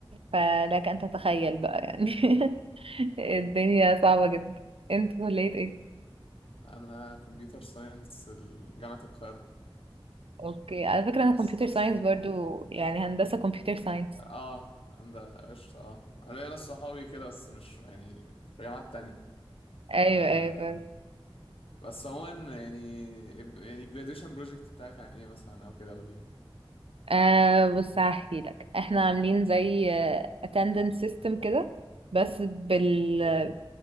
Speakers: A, on the right (about 80°); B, on the left (about 80°).
A: فلك أن تتخيل بقى يعني <laughs> الدنيا صعبة جدا انت كلية ايه؟
B: انا كمبيوتر ساينس جامعة القاهرة
A: اوكي على فكرة أنا
B: بس
A: كمبيوتر
B: بس
A: ساينس برضو يعني هندسة كمبيوتر ساينس
B: اه عند قشطة اه انا ليا ناس صحابي كده بس مش يعني في جامعات تانية
A: ايوه
B: آه
A: ايوه
B: بس عموما يعني يعني graduation project بتاعك عن ايه مثلا او كده قولي
A: أه بص هحكي لك احنا عاملين زي آه، attendance system كده بس بال
B: اوكي